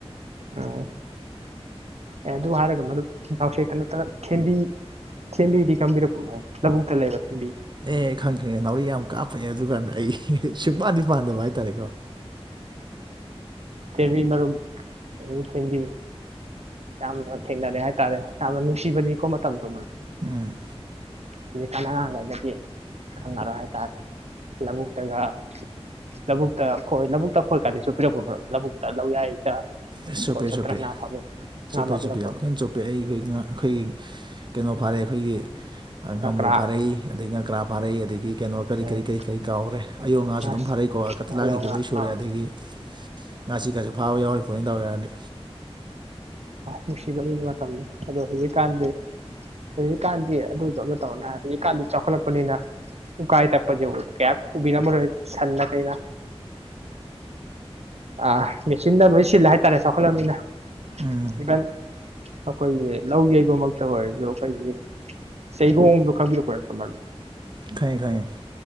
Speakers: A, on the right; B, on the right.
A: ꯎꯝ ꯑꯦ ꯑꯗꯨ ꯍꯥꯏꯔꯒ ꯃꯔꯨꯞ ꯅꯥꯎꯁꯦꯛꯇꯥ ꯅꯠꯇꯅ ꯊꯦꯝꯕꯤ ꯊꯦꯝꯕꯤꯗꯤ ꯈꯪꯕꯤꯔꯛꯄ ꯃꯥ ꯂꯧꯕꯨꯛꯇꯥ ꯂꯩꯕ ꯊꯦꯝꯕꯤ
B: ꯑꯦ ꯈꯪꯉꯦ ꯈꯪꯉꯦ ꯅꯥꯎꯔꯤ ꯌꯥꯝ ꯀꯥꯞꯄꯅꯦ ꯑꯗꯨꯀꯥꯟꯗ ꯑꯩ ꯁꯨꯛꯄꯥꯟꯗꯤ ꯄꯥꯟꯗꯕ ꯍꯥꯏꯇꯥꯔꯦꯀꯣ
A: ꯊꯦꯝꯕꯤ ꯃꯔꯨꯝ <inaudible> ꯊꯦꯝꯕꯤ ꯌꯥꯝꯅ ꯊꯦꯡꯅꯔꯦ ꯍꯥꯏꯇꯥꯔꯦ ꯌꯥꯝꯅ ꯅꯨꯡꯁꯤꯕꯅꯤꯀꯣ ꯃꯇꯝꯗꯣ ꯃꯔꯨꯞ
B: ꯎꯝ
A: ꯍꯨꯖꯤꯛꯀꯥꯟ ꯑꯉꯥꯡꯉꯩꯅꯗꯤ ꯈꯪꯉꯔꯣꯏ ꯍꯥꯏꯇꯥꯔꯦ ꯂꯥꯕꯨꯛꯇꯒ ꯂꯥꯕꯨꯛꯇꯥ ꯈꯣꯏ ꯂꯥꯕꯨꯛꯇ ꯈꯣꯏ ꯀꯥꯗꯤ ꯆꯣꯞꯄꯤꯔꯛꯄ꯭ꯔꯣ ꯃꯔꯨꯞ ꯂꯥꯕꯨꯛꯇꯥ ꯂꯧꯌꯥꯏꯗ
B: ꯆꯣꯞꯄꯦ
A: ꯈꯣꯏ ꯆꯣꯞꯇꯅ
B: ꯆꯣꯞꯄꯦ
A: ꯉꯥ ꯐꯥꯕꯤ ꯉꯥ
B: ꯆꯣꯞꯄꯦ
A: ꯐꯥꯕꯤꯔꯛꯄ꯭ꯔꯣ
B: ꯆꯣꯞꯄꯦ ꯌꯝ ꯀꯥꯟ ꯆꯨꯞ ꯄꯦ ꯑꯩ ꯈꯣꯏ ꯉꯥ ꯑꯩꯈꯣꯏꯒꯤ ꯀꯩꯅꯣ ꯐꯥꯔꯛꯑꯦ ꯑꯩꯈꯣꯏꯒꯤ ꯉꯥꯃꯨ
A: ꯉꯀ꯭ꯔꯥ
B: ꯐꯥꯔꯛꯏ ꯑꯗꯩ ꯉꯀ꯭ꯔꯥ ꯐꯥꯔꯛꯏ ꯑꯗꯒꯤ ꯀꯩꯅꯣ ꯀꯔꯤ
A: ꯎꯝ
B: ꯀꯔꯤ ꯀꯔꯤ ꯀꯔꯤ ꯀꯥꯎꯒ꯭ꯔꯦ ꯑꯌꯣ ꯉꯥꯖꯨ ꯑꯗꯨꯝ
A: ꯑꯁ
B: ꯐꯔꯛꯏꯀꯣ ꯀꯠꯇꯂꯥ
A: ꯑꯌꯣ
B: ꯀꯩꯀꯩ
A: ꯉꯥ
B: ꯂꯣꯏ ꯁꯨꯔꯦ
A: ꯑꯥ
B: ꯑꯗꯒꯤ ꯉꯥꯆꯤꯛ ꯀꯥꯖꯨ ꯐꯥꯕ ꯌꯥꯎꯔꯤ ꯄꯣꯠꯅꯤ ꯗꯥꯎ ꯌꯥꯔꯗꯤ
A: ꯅꯨꯡꯁꯤꯕꯅꯤ ꯃꯇꯝꯗꯣ ꯑꯗꯣ ꯍꯨꯖꯤꯛꯀꯥꯟꯗꯤ ꯍꯨꯖꯤꯛꯀꯥꯟꯗꯤ ꯑꯗꯨ <unintelligible> ꯍꯨꯖꯤꯛꯀꯥꯟꯗꯤ ꯆꯥꯎꯈꯠꯂꯛꯄꯅꯤꯅ ꯎꯀꯥꯏ ꯇꯥꯛꯄꯖꯦ ꯀꯌꯥ ꯎꯕꯤꯔꯝꯃꯔꯣꯏ ꯁꯟꯅ ꯀꯩꯅ ꯑꯥ ꯃꯦꯆꯤꯟꯗ ꯂꯣꯏ ꯁꯤꯜꯂꯦ ꯍꯥꯏꯇꯥꯔꯦ ꯆꯥꯎꯈꯠꯂꯕꯅꯤꯅ
B: ꯎꯝ
A: ꯏꯚꯟ ꯑꯈꯣꯏꯒꯤ ꯂꯧ ꯌꯩꯕꯃꯛꯇꯥ ꯑꯣꯏꯔꯖꯨ ꯑꯈꯣꯏꯒꯤ ꯆꯩꯔꯣꯡꯗꯣ ꯈꯪꯕꯤꯔꯛꯄ ꯅꯠꯇ꯭ꯔꯣ ꯃꯔꯨꯞ
B: ꯈꯪꯉꯦ ꯈꯪꯉꯦ